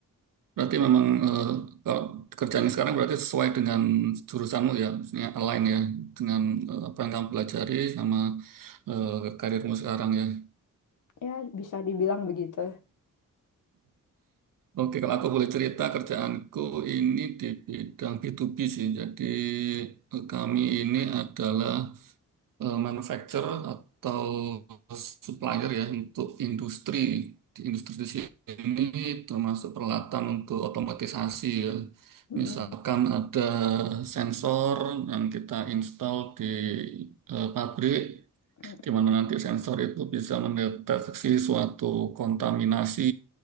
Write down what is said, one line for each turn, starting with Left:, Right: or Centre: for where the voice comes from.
Right: Berarti memang eh, kalau kerjaan sekarang berarti sesuai dengan jurusanmu ya, maksudnya align ya dengan eh, apa yang kamu pelajari sama eh, karirmu sekarang ya. <laughs>
Left: Ya, bisa dibilang begitu.
Right: Oke, kalau aku boleh cerita kerjaanku ini di bidang B2B sih. Jadi eh, kami ini adalah eh, manufacturer atau supplier ya untuk industri di industri di sini termasuk peralatan untuk otomatisasi ya.
Left: Mm-mm.
Right: Misalkan ada sensor yang kita install di eh, pabrik
Left: Mm-mm.
Right: di mana nanti sensor itu bisa mendeteksi suatu kontaminasi